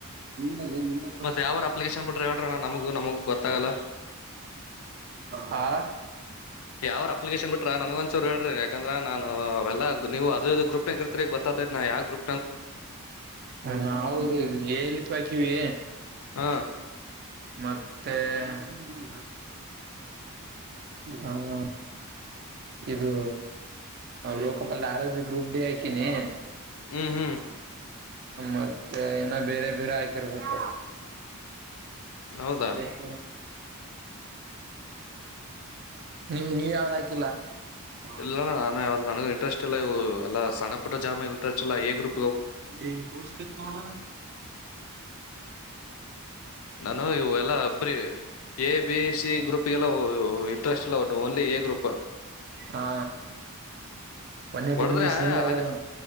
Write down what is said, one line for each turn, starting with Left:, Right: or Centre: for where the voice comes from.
Right: ಪ್ರ
Left: ಮತ್ ಯಾವರ ಅಪ್ಲಿಕೇಶನ್ ಬಿಟ್ರ ಹೇಳ್ರಣ್ಣ ನಮಗೂ ನಮಗೂ ಗೊತ್ತಾಗಲ್ಲ.
Right: ಹಾ
Left: ಯಾವ್ರ ಅಪ್ಲಿಕೇಶನ್ ಬಿಟ್ರ ನನ್ಗ ಒಂದಚೂರು ಹೇಳ್ರಿಕಂದ್ರ ನಾ ಅವೆಲ್ಲಾ ನೀವು ಅದ ಗ್ರೂಪ್ನ ಇರ್ತ್ರಿ ಗೊ. ಯಾವ- ಗ್ರೂ
Right: ನಾವದು ಎಲ್ಲಿಪ ಹಾಕಿವಿ
Left: ಹಾ
Right: ಮತ್ತೆ-ಏ ಹ್ಮ -ಇದು ಲೋಕಪಲ್ ಆರ -ಬಿ -ಗ್ರೂಪ್ -ಡೇ -ಹಾಕಿನಿ.
Left: ಹ್ಮ್ ಹ್ಮ್
Right: ಮತ್ತೆ ಇನ್ನ ಬೇರೆ ಬೇರೆ ಹಾಕಿರ್ಬೇಕ
Left: ಹೌದಾ
Right: ಎಷ ನೀವು ನೀವ ಯಾವ್ದ ಹಾಕಿಲ್ಲ ಹ
Left: ಇಲ್ಲಣ್ಣ ನ ಯಾವ್ದ್ ನನಗ್ ಇಂಟ್ರೆಸ್ಟ್ ಇಲ್ಲ ಇ ಎಲ್ಲ ಸಣ್ಣಪುಟ್ಟ ಜಾಮ ಇಂಟ್ರೆಸ್ಟ್ ಇಲ್ಲೇ ಗ್ರೂ
Right: ಹ ಕೂರ್ ಸಿತ್ ನೋಡ
Left: ನಾನು ಇವೆಲ್ಲಾ ಅಬ್ರಿ ಎ ಬಿ ಸಿ ಗ್ರೂಪ್ಗೆಲ್ಲ ಇಂಟ್ರೆಸ್ಟ್ ಎಲ್ಲ ಓನ್ಲಿ ಎ ಗ್ರೂಪ್ ಅಪ್ಪ
Right: ಹಾ ಒನ್ ಏಟಿ
Left: ಹೊಡದ್ರ
Right: ಮಿನಿಟ್ ಸುಂಡ್ ಆಗ್ಯದಣ
Left: ಆನೆ